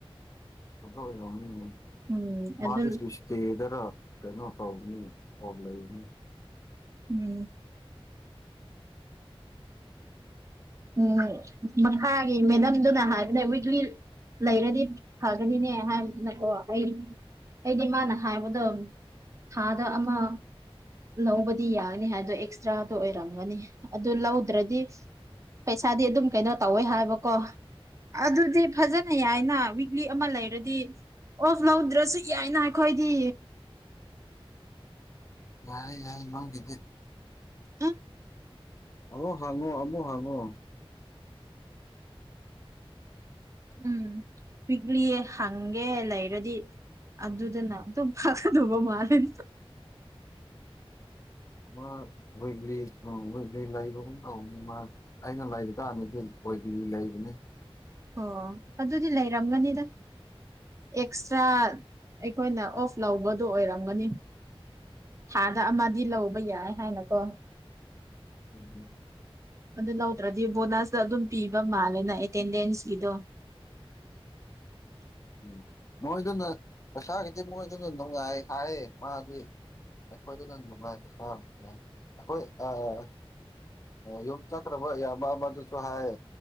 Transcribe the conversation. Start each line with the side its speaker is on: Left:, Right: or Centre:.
Left: ꯑꯗꯨ ꯑꯣꯢꯔꯝꯒꯅꯤ
Right: ꯎꯝ ꯑꯗꯨ
Left: ꯃꯥꯗꯨ <unintelligible> ꯇꯦꯗꯔ ꯀꯩꯅꯣ ꯇꯧꯕꯅꯤ ꯑꯣꯞ ꯂꯩꯕꯅꯤ
Right: ꯎꯝ ꯎꯝ ꯃꯈꯥꯒꯤ ꯃꯦꯗꯝꯗꯨꯅ ꯍꯥꯏꯕꯅꯦ ꯋꯤꯛꯂꯤ ꯂꯩꯔꯗꯤ ꯐꯒꯅꯤꯅꯦ ꯍꯥꯏꯕꯅꯀꯣ ꯑꯩ ꯑꯩꯗꯤ ꯃꯥꯅ ꯍꯥꯏꯕꯗꯣ ꯊꯥꯗ ꯑꯃ ꯂꯧꯕꯗꯤ ꯌꯥꯅꯤ ꯍꯥꯏꯗꯣ ꯑꯦꯛꯁꯇ꯭ꯔꯥꯗ ꯑꯣꯏꯔꯝꯒꯅꯤ ꯑꯗꯨ ꯂꯧꯗ꯭ꯔꯗꯤ ꯄꯩꯁꯥꯗꯤ ꯑꯗꯨꯝ ꯀꯩꯅꯣ ꯇꯧꯋꯦ ꯍꯥꯏꯕꯀꯣ ꯑꯗꯨꯗꯤ ꯐꯖꯅ ꯌꯥꯏꯅ ꯋꯤꯛꯂꯤ ꯑꯃ ꯂꯩꯔꯗꯤ ꯑꯣꯐ ꯂꯧꯗ꯭ꯔꯁꯨ ꯌꯥꯏꯅ ꯑꯩꯈꯣꯏꯗꯤ
Left: ꯌꯥꯏ ꯌꯥꯏ ꯅꯪꯒꯤꯗꯤ
Right: ꯎꯝ
Left: ꯑꯃꯨꯛ ꯍꯪꯉꯣ ꯑꯃꯨꯛ ꯍꯪꯉꯣ
Right: ꯎꯝ ꯄꯤꯛꯂꯤꯌꯦ ꯍꯪꯒꯦ ꯂꯩꯔꯗꯤ ꯑꯗꯨꯗꯅ ꯑꯗꯨꯝ ꯐꯥꯒꯗꯧꯕ ꯃꯥꯜꯂꯤ
Left: ꯃꯥ ꯋꯤꯛꯂꯤ ꯑꯥ ꯋꯤꯛꯂꯤ ꯂꯩꯕꯒꯨꯝ ꯑꯧ ꯃ ꯑꯩꯅ ꯂꯩꯕ ꯀꯥꯟꯗꯗꯤ <unintelligible> ꯂꯩꯕꯅꯦ
Right: ꯑꯣ ꯑꯗꯨꯗꯤ ꯂꯩꯔꯝꯒꯅꯤꯗ ꯑꯦꯛꯁꯇ꯭ꯔꯥ ꯑꯩꯈꯣꯏꯅ ꯑꯣꯐ ꯂꯧꯕꯗꯣ ꯑꯣꯏꯔꯝꯒꯅꯤ ꯊꯥꯗ ꯑꯃꯗꯤ ꯂꯧꯕ ꯌꯥꯏ ꯍꯥꯏꯅꯀꯣ
Left: ꯎꯝ
Right: ꯑꯗꯨ ꯂꯧꯗ꯭ꯔꯗꯤ ꯕꯣꯅꯁꯇ ꯑꯗꯨꯝ ꯄꯤꯕ ꯃꯥꯜꯂꯦꯅ ꯑꯦꯇꯦꯟꯗꯦꯟꯁꯀꯤꯗꯣ <inaudible>
Left: ꯎꯝ ꯃꯣꯏꯗꯨꯅ ꯄꯩꯁꯥꯒꯤꯗꯤ ꯃꯣꯏꯗꯨꯅ ꯅꯨꯡꯉꯥꯏ ꯍꯥꯏ ꯃꯥꯗꯤ ꯑꯩꯈꯣꯏꯗꯨꯅ ꯅꯨꯡꯉꯥꯏ <unintelligible> ꯑꯩꯈꯣꯏ ꯑꯥ ꯌꯨꯝ ꯆꯠꯒꯗꯕ ꯢꯌꯥꯝꯕ ꯑꯃꯗꯨꯁꯨ ꯍꯥꯏ